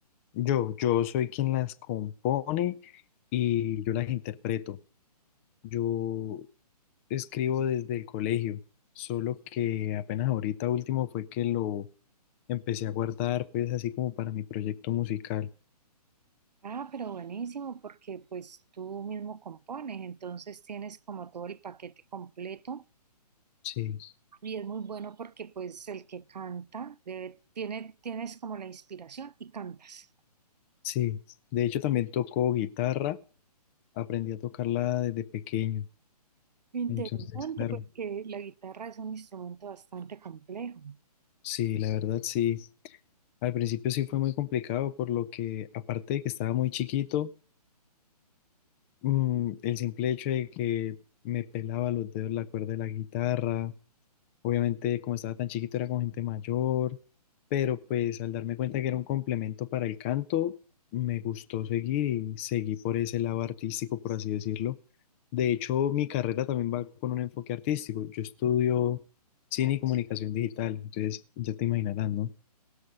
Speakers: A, on the left; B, on the right.
A: Yo, yo soy quien las compone y yo las interpreto. Yo escribo desde el colegio, solo que apenas ahorita último fue que lo empecé a guardar, pues así como para mi proyecto musical.
B: Ah, pero buenísimo, porque pues tú mismo compones, entonces tienes como todo el paquete completo
A: Sí.
B: y es muy bueno porque pues el que canta debe- tiene, tienes como la inspiración y cantas.
A: Sí, de hecho también tocó guitarra, aprendí a tocarla desde pequeño,
B: Interesante,
A: entonces claro,
B: porque la guitarra es un instrumento bastante complejo.
A: sí, la verdad sí, al principio sí fue muy complicado por lo que aparte de que estaba muy chiquito, mm, el simple hecho de que me pelaba los dedos la cuerda de la guitarra, Obviamente, como estaba tan chiquito, era con gente mayor, pero pues al darme cuenta que era un complemento para el canto, me gustó seguir y seguí por ese lado artístico, por así decirlo. De hecho, mi carrera también va con un enfoque artístico. Yo estudio cine y comunicación digital, entonces ya te imaginarás, ¿no?